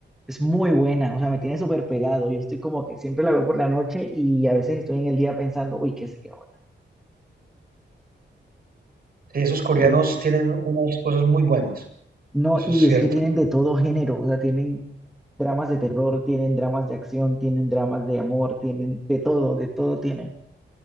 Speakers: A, in the centre; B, on the right.
A: es muy buena. O sea, me tiene súper pegado. Yo estoy como que siempre la veo por la noche y a veces estoy en el día pensando, uy, qué sigue ahora?".
B: Sí, esos coreanos
A: Entonces,
B: tienen unas cosas muy buenas,
A: no,
B: eso
A: y
B: es cierto.
A: es que tienen de todo género. O sea, tienen dramas de terror, tienen dramas de acción, tienen dramas de amor, tienen de todo, de todo tienen.